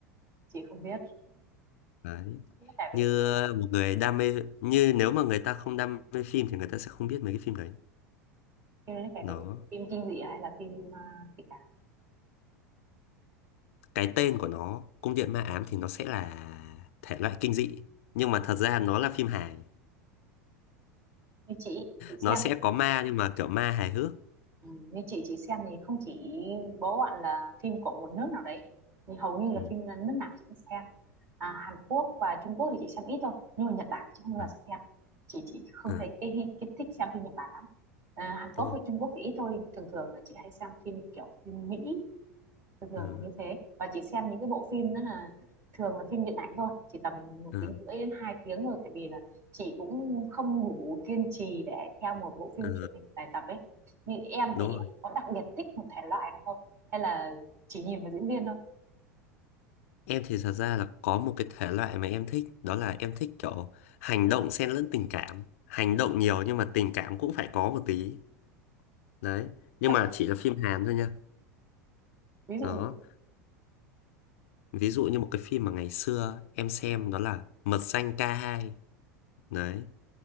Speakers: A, on the right; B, on the left.
A: chị không biết
B: đấy
A: nó kể về
B: như
A: cái gì?
B: một người đam mê như nếu mà người ta không đam mê phim thì người ta sẽ không biết mấy cái phim đấy
A: phim nó kể
B: nó
A: về cái gì? phim kinh dị à hay là phim à, tình cảm
B: cái tên của nó Cung điện ma ám thì nó sẽ là thể loại kinh dị nhưng mà thật ra nó là phim hài
A: như chị chị
B: nó
A: xem
B: sẽ có ma nhưng mà kiểu ma hài hước
A: Ừ, như chị chị xem thì không chỉ bố bạn là phim của một nước nào đấy nhưng hầu như là
B: ừ,
A: phim là nước nào chị cũng xem à, Hàn Quốc và Trung Quốc thì chị xem ít thôi nhưng mà Nhật Bản thì chị không bao
B: ừ,
A: giờ xem chị chị không
B: ừ,
A: thấy cái, cái thích xem phim Nhật Bản lắm à, Hàn Quốc
B: đúng rồi
A: với Trung Quốc thì ít thôi thường thường là chị hay xem phim kiểu phim Mỹ thường thường
B: ừ,
A: là như thế và chị xem những cái bộ phim đó là thường là phim điện ảnh thôi chỉ tầm một
B: ừ,
A: tiếng rưỡi đến hai tiếng thôi tại vì là chị cũng không đủ kiên trì để theo một bộ phim
B: ừ,
A: truyền hình dài tập ấy như em
B: đúng
A: thì em
B: rồi
A: có đặc biệt thích một thể loại nào không hay là chỉ nhìn vào diễn viên thôi
B: Em thì thật ra là có một cái thể loại mà em thích Đó là em thích kiểu hành động xen lẫn tình cảm Hành động nhiều nhưng mà tình cảm cũng phải có một tí Đấy Nhưng
A: cho
B: mà chỉ là phim Hàn thôi nha
A: ví dụ
B: Đó Ví dụ như một cái phim mà ngày xưa em xem đó là Mật danh k hai Đấy